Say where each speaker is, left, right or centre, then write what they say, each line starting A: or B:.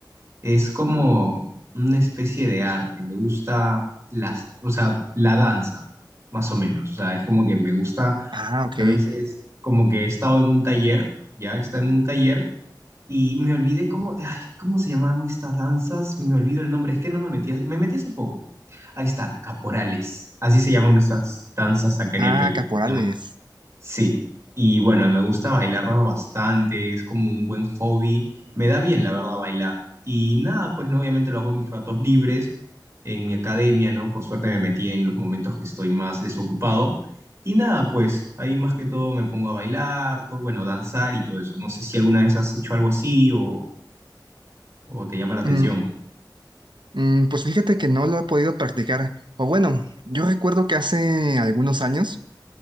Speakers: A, on the right; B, on the right.
A: Es como una especie de arte, me gusta las, o sea, la danza, más o menos, o sea, es como que me gusta
B: Ah, ok.
A: a veces como que he estado en un taller, ya está en un taller y me olvidé cómo, ay, ¿cómo se llamaban estas danzas? Me olvido el nombre, es que no me metí, me metí hace poco. Ahí está, caporales. Así se llaman nuestras danzas acá en
B: Ah,
A: el Perú.
B: caporales.
A: Se llaman Sí, y bueno, me gusta bailar bastante, es como un buen hobby, me da bien la verdad bailar. Y nada, pues no, obviamente lo hago en mis ratos libres, en mi academia, ¿no? Por suerte me metí en los momentos que estoy más desocupado. Y nada, pues ahí más que todo me pongo a bailar, todo, bueno, danzar y todo eso. No sé si alguna vez has hecho algo así o, o te llama la atención,
B: Mm, mm, pues fíjate que no lo he podido practicar. O bueno, yo recuerdo que hace algunos años,